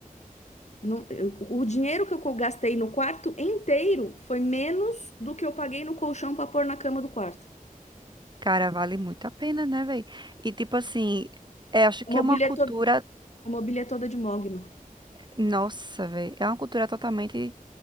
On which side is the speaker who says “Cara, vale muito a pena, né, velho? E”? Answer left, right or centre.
Right